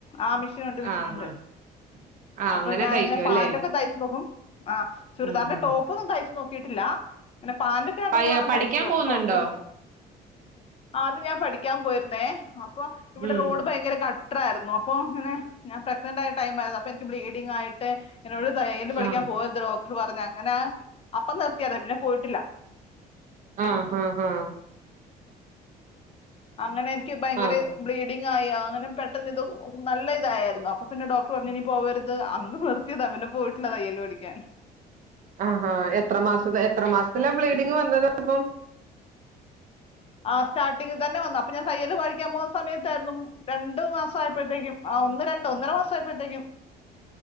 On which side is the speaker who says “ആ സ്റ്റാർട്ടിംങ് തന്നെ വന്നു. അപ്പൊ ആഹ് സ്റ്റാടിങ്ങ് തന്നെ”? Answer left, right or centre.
Left